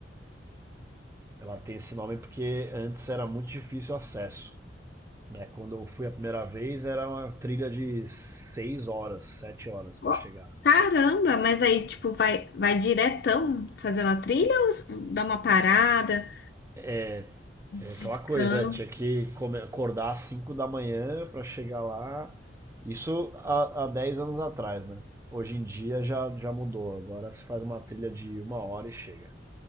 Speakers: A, on the right; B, on the left.
A: Ela tem esse nome porque antes era muito difícil o acesso. né? Quando eu fui a primeira vez, era uma trilha de seis horas, sete horas para
B: Ó,
A: chegar.
B: caramba, mas aí tipo vai vai diretão fazendo a trilha ou s- dá uma parada,
A: É,
B: descanso?
A: é aquela coisa, é, tinha que come- acordar às 5 da manhã para chegar lá. Isso há, há 10 anos atrás, né? Hoje em dia já, já mudou. Agora se faz uma trilha de uma hora e chega.